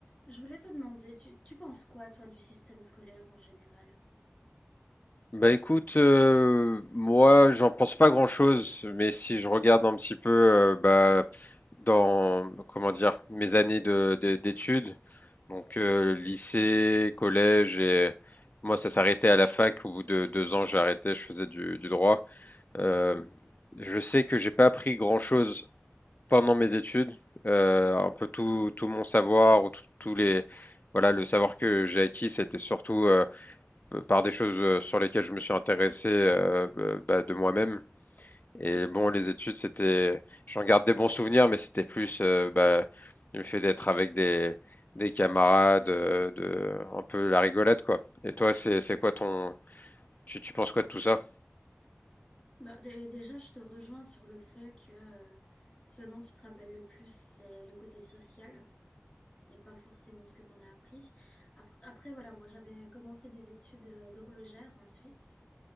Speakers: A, on the left; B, on the left.
A: Je voulais te demander, tu, tu penses quoi, toi, du système scolaire en général?
B: Bah écoute, euh, moi j'en pense pas grand-chose, mais si je regarde un petit peu euh, bah, dans comment dire mes années de, de- d'études, donc euh, lycée, collège et moi ça s'arrêtait à la fac. Au bout de deux ans j'ai arrêté, je faisais du, du droit. Euh, je sais que j'ai pas appris grand-chose pendant mes études, Euh, un peu tout, tout mon savoir ou tout- tous les voilà le savoir que j'ai acquis, c'était surtout euh, euh, par des choses euh, sur lesquelles je me suis intéressé euh, euh, bah, de moi-même. Et bon, les études, c'était, j'en garde des bons souvenirs, mais c'était plus euh, bah, le fait d'être avec des, des camarades, euh, de, un peu la rigolade, quoi. Et toi, c'est, c'est quoi ton, tu, tu penses quoi de tout ça?
A: Bah, dé- déjà, je te rejoins sur le fait que euh, ce dont tu te rappelles le plus, c'est le côté social et pas forcément ce que tu en as appris. Après, après, voilà, moi, j'avais commencé des études euh, d'horlogère en Suisse,